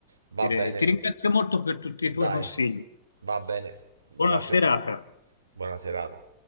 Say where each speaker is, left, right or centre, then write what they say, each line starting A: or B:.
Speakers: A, on the right; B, on the left.
A: va
B: direi.
A: bene,
B: Ti ringrazio molto per tutti i tuoi
A: dai,
B: consigli.
A: va bene. Grazie
B: Buona serata.
A: a te. Buona serata.